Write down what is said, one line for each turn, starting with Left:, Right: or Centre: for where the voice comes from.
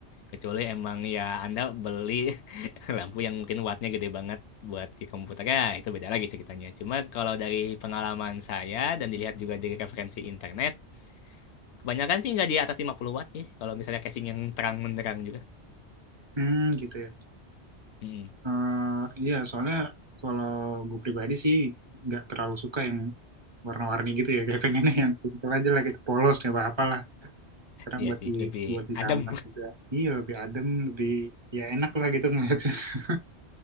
Left: Kecuali emang ya Anda beli <laughs> lampu yang mungkin wattnya gede banget buat di komputer ya itu beda lagi ceritanya. Cuma kalau dari pengalaman saya dan dilihat juga dari referensi internet, kebanyakan sih nggak di atas 50 watt sih. Kalau misalnya casing yang terang menderang juga.
Right: Hmm, gitu ya.
Left: Mm-mm.
Right: Eh, iya, soalnya kalau gue pribadi sih nggak terlalu suka yang warna-warni gitu ya. <laughs> Kayak pengennya yang simple aja lah, gitu polos nggak apa-apa lah. Karena
Left: Iya
Right: buat
Left: sih,
Right: di
Left: lebih
Right: buat di
Left: adem.
Right: kamar juga, iya lebih adem, lebih ya enak lah gitu ngeliatnya. <laughs>